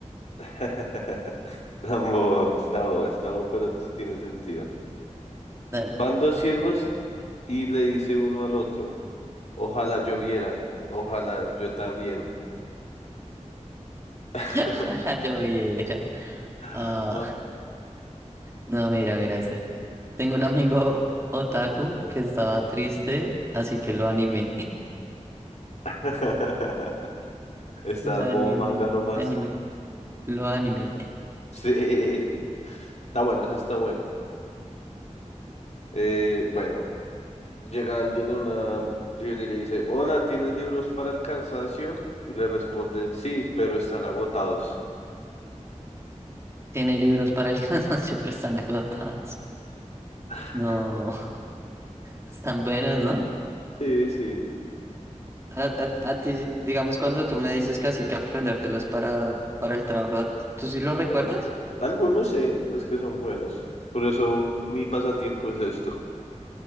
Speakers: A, on the left; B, on the right.
A: <laughs> Tampoco, está bobo, está bobo, pero tiene sentido.
B: Dale.
A: Van dos ciegos y le dice uno al otro, ojalá yo viera, ojalá yo también. <laughs>
B: <laughs> A la lloviera.
A: Ah.
B: Ah, no, mira, mira este. Tengo un amigo otaku que estaba triste, así que lo animé. <laughs>
A: <laughs> Está
B: Lo
A: en
B: animé,
A: modo manga nomás.
B: animé, lo animé.
A: Sí, está bueno, eso está bueno. Eh, bueno, llega alguien a una librería y dice, hola, ¿tienen libros para el cansancio? Y le responden, sí, pero están agotados.
B: Tiene libros para <laughs> el cansancio, pero están agotados.
A: <laughs>
B: No, <laughs> están buenos, ¿no?
A: Sí, sí,
B: A, a- a ti, digamos, cuando tú me dices que así que aprendértelos para, para el trabajo, ¿tú sí lo recuerdas?
A: Algunos sé, los que son buenos. Por eso mi pasatiempo es esto.